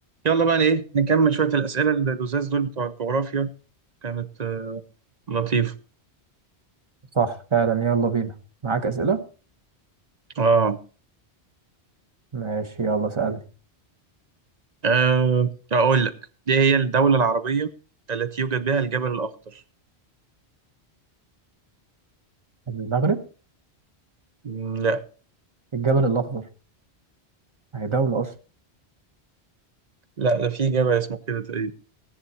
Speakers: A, on the right (about 45°); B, on the right (about 25°).
A: يلا بقى ايه نكمل شوية الأسئلة اللزاز دول بتوع الجغرافيا كانت آه، لطيفة
B: صح فعلا يلا بينا معاك أسئلة
A: اه
B: ماشي يلا سألني
A: آه، أقول لك دي هي الدولة العربية التي يوجد بها الجبل الأخضر
B: المغرب
A: مم، لا
B: الجبل الأخضر هي دولة أصلا
A: لا ده في جبل اسمه كده تقريبا